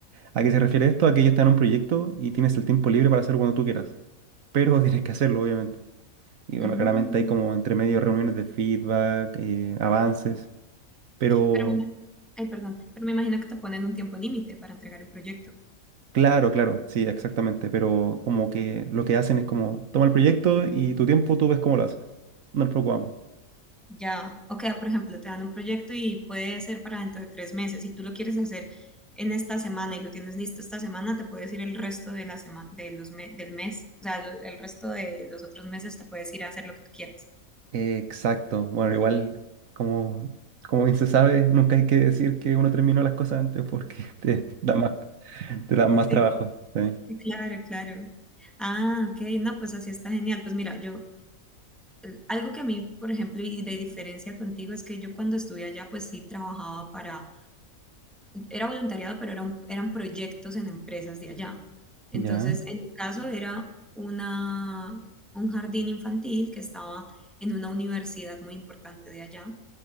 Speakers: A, on the right (about 70°); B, in the centre.
A: ¿A qué se refiere esto? A que ellos te dan un proyecto y tienes el tiempo libre para hacerlo cuando tú quieras, pero <laughs> tienes que hacerlo, obviamente. Y bueno,
B: Mm,
A: claramente hay como entre medio reuniones de feedback, eh, avances, pero
B: pero, me- ay, perdón, pero me imagino que te ponen un tiempo límite para entregar el proyecto.
A: claro, claro, sí, exactamente, pero como que lo que hacen es como, toma el proyecto y tu tiempo tú ves cómo lo haces, no nos preocupamos.
B: Ya, o sea, por ejemplo, te dan un proyecto y puede ser para dentro de tres meses. Si tú lo quieres hacer en esta semana y lo tienes listo esta semana, te puedes ir el resto de la semana, de los me- del mes, o sea, lo- el resto de los otros meses te puedes ir a hacer lo que tú quieras.
A: Eh, exacto, bueno, igual como, como bien se sabe, nunca hay que decir que uno terminó las cosas antes porque <laughs> te da más, te da más
B: Sí.
A: trabajo. ¿sí?
B: Eh, Claro, claro. Ah, ok, no, pues así está genial. Pues mira, yo, el- algo que a mí, por ejemplo, y de diferencia contigo es que yo cuando estuve allá, pues sí trabajaba para era voluntariado, pero eran, eran proyectos en empresas de allá. Entonces,
A: Ya.
B: en mi caso era una, un jardín infantil que estaba en una universidad muy importante de allá